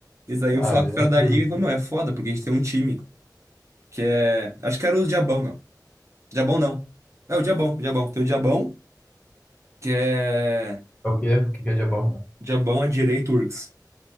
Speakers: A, on the right (about 40°); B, on the left (about 20°).
A: E daí
B: Ah,
A: o sócio
B: é
A: cara da
B: ruim.
A: liga falou, meu, é foda, porque a gente tem um time que é... Acho que era o Diabão, meu. Diabão não. É o Diabão, o Diabão. Tem o Diabão, que é...
B: É o quê? O que que é de bom?
A: Diabão é direito Turks.